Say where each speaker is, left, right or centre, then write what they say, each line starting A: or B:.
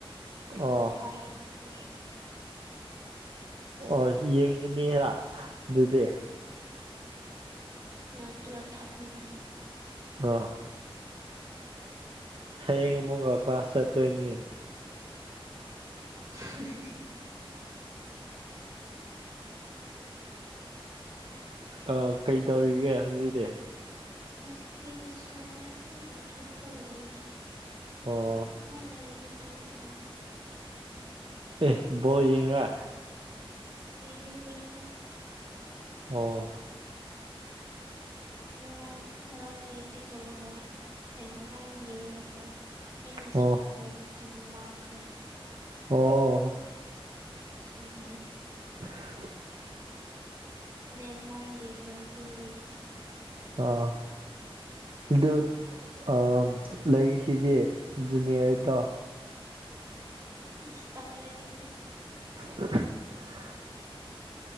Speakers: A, on the right; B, on the right.
A: ꯑꯣ
B: ꯅꯦꯍꯥꯏꯁꯤ
A: ꯑꯣ ꯌꯦꯡꯉꯅꯤꯔ ꯑꯗꯨꯗꯤ
B: ꯑ ꯇꯨꯋꯜ ꯊꯥꯔꯇꯤꯗꯦ
A: ꯑꯥ ꯍꯌꯦꯡ ꯑꯃꯨ ꯀ꯭ꯂꯥꯁ ꯆꯠꯇꯣꯏꯅꯤ
B: <unintelligible>
A: ꯑ ꯀꯩ ꯇꯧꯔꯤꯒꯦ ꯍꯧꯖꯤꯛꯗꯤ
B: ꯍꯖꯤꯛꯇꯤ ꯀꯩꯁꯨ ꯇꯧꯗꯦ ꯑꯗꯨꯝ ꯍꯤꯞꯄꯒ ꯂꯩꯌꯦ
A: ꯑꯣ
B: ꯈ ꯂꯩꯔꯗꯤ ꯇꯨꯝꯒꯔꯅꯤ
A: ꯑꯦ ꯕꯣꯜ ꯌꯦꯡꯒꯤꯔ
B: ꯌꯦꯡꯅꯤꯡꯗꯦ ꯃꯥꯏ
A: ꯑꯣ
B: ꯉꯔꯥꯡ ꯉꯔꯥꯡ ꯌꯦꯟꯒꯦ ꯇꯧꯔꯒ ꯉꯔꯥꯡ ꯌꯦꯡꯉꯒ ꯑꯩꯅ
A: ꯑꯣ
B: ꯁꯄꯔꯣꯠ ꯇꯧꯕ ꯇꯤꯝ ꯃꯥꯡꯈ꯭ꯔꯦ
A: ꯑꯣ
B: ꯎꯝ
A: <inaudible>
B: ꯅꯦꯃꯥꯔꯒꯤ ꯕꯔꯥꯖꯤꯜꯒꯤ
A: ꯑꯥ ꯑꯗꯨ ꯑ ꯂꯩꯔꯤꯁꯤꯗꯤ ꯖꯨꯅꯤꯌꯔꯗꯣ
B: ꯏꯁ ꯇꯜꯂꯩ ꯑꯗꯨꯗꯤ
A: <unintelligible>